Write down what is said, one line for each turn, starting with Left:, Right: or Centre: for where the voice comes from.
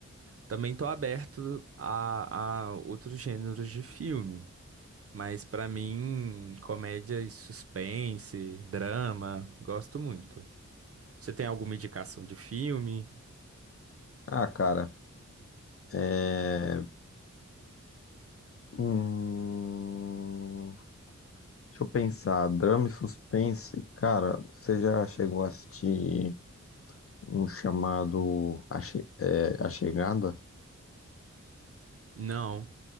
Right: também tô aberto a, a outros gêneros de filme. Mas pra mim, comédia e suspense, drama, gosto muito. Você tem alguma indicação de filme?
Left: Ah, cara, é... Hum... Deixa eu pensar, drama e suspense. Cara, você já chegou a assistir um chamado A, Che- é, A Chegada?
Right: Não,